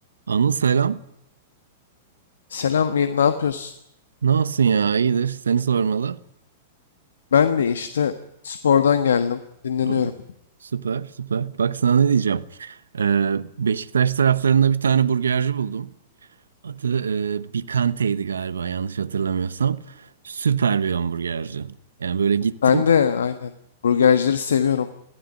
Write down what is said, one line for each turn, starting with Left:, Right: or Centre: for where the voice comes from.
Right: Anıl selam.
Left: Selam, iyi, ne yapıyorsun?
Right: Ne olsun ya iyidir. Seni sormalı.
Left: Ben de işte spordan geldim, dinleniyorum.
Right: O, süper süper. Bak sana ne diyeceğim. Ee, Beşiktaş taraflarında bir tane burgerci buldum. Adı e, Bikante'ydi galiba yanlış hatırlamıyorsam. Süper bir hamburgerci. Yani böyle gittim.
Left: Ben de aynen burgercileri seviyorum.